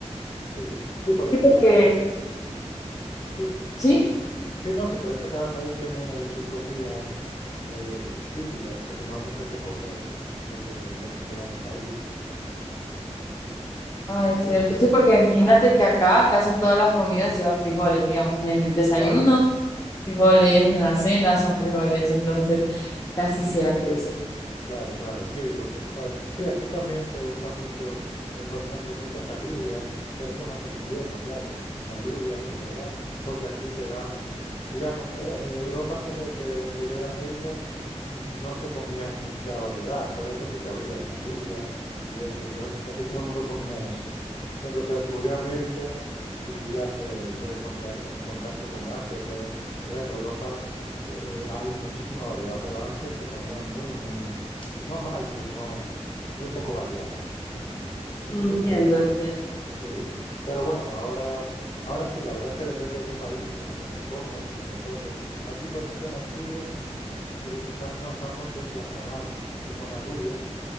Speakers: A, on the left; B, on the left.
A: Sí, sí, por
B: Sí,
A: eso
B: porque...
A: cada país, sí,
B: Sí,
A: sí, no, que por eso cada país tiene sus comidas eh, típicas, porque normalmente se coge lo que, lo que se da en el país.
B: ah,
A: Y,
B: es
A: eh,
B: cierto. Sí, porque imagínate que acá casi en todas las comidas lleva frijoles, digamos, en el desayuno,
A: claro,
B: frijoles, en la cena son frijoles, entonces casi siempre, sí.
A: Claro, claro, sí, porque eso sabe. Sí, aquí también se usa mucho, eh, por ejemplo, muchas alubias, pero eso más en invierno, claro, alubias y garbanzos, porque aquí se dan, digamos, e- e- Europa antes de que descubriera América mm, no se comía mucha variedad, pero esto sí que habían alubias y eso, entonces casi todo el mundo comía eso. Cuando se descubrió América y ya se entró en, contra- en contacto con Asia y todo eso. Entonces en Europa se- eh, hay muchísima variedad, pero antes se comía muy, muy, no mal, sino muy poco variado. En- si
B: Entiendo,
A: te pones a leerlo,
B: entiendo.
A: sí. Pero bueno, ahora, ahora sí, la verdad es que depende de qué país, tienes unas cosas o tienes otras. Aquí, por ejemplo, en Asturias, el plato más famoso es la fabada, que son alubias